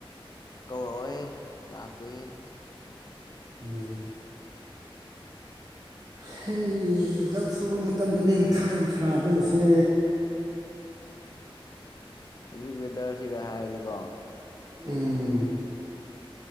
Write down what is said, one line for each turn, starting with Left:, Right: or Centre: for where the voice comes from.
Left: ꯀꯧꯔꯛꯑꯣꯍꯦ ꯂꯥꯛꯀꯦꯍꯦ
Right: ꯎꯝ ꯍꯩ ꯂꯧ ꯁꯨꯕ ꯃꯇꯝꯗꯅꯦ ꯃꯊꯥ ꯌꯥꯝ ꯁꯥꯗꯧꯔꯤꯁꯦ
Left: ꯍꯧꯖꯤꯛ ꯋꯦꯗꯔꯁꯤꯒ ꯍꯥꯏꯔꯗꯤꯀꯣ
Right: ꯎꯝ